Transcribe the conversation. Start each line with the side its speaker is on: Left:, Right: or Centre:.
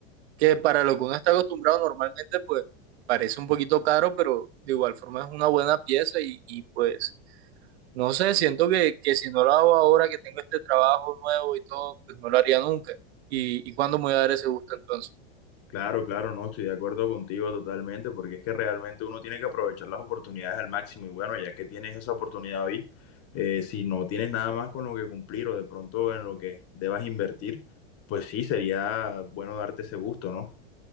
Right: que para lo que uno está acostumbrado normalmente, pues parece un poquito caro, pero de igual forma es una buena pieza y, y pues, no sé, siento que, que si no lo hago ahora que tengo este trabajo nuevo y todo, pues no lo haría nunca. ¿Y, y cuándo me voy a dar ese gusto entonces?
Left: Claro, claro, no, estoy de acuerdo contigo totalmente, porque es que realmente uno tiene que aprovechar las oportunidades al máximo y bueno, ya que tienes esa oportunidad hoy, eh, si no tienes nada más con lo que cumplir o de pronto en lo que debas invertir, pues sí, sería bueno darte ese gusto, ¿no?